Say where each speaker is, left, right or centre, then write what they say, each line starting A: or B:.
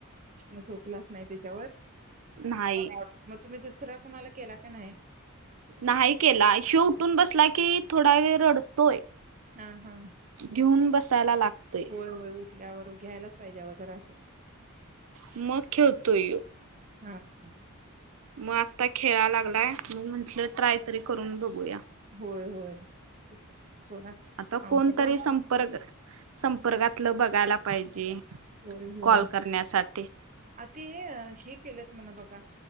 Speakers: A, on the right; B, on the right.
A: म झोपलाच नाही तेच्यावर?
B: नाही
A: ह मग तुम्ही दुस दुसरा कुणाला केला का नाही
B: नाही केला ह्यो उठून बसला की थोडा वेळ रडतोय
A: हां हां
B: घेऊन बसायला लागतय
A: होय होय उठल्यावर घ्यायलाच पाहिजे आलो जरासं
B: मग खेळतोय
A: हां ह
B: म आत्ता खेळालागलाय मग म्हंटलं ट्राय तरी करून बगूया
A: होय होय ते पण आहे सोडा
B: आता
A: आमचं
B: कोणतरी
A: पण
B: संपर्क सं परगातलं बगायला पाहिजे
A: होय होय
B: कॉल करण्यासाठी
A: आ ते हे केलत म्हण बघा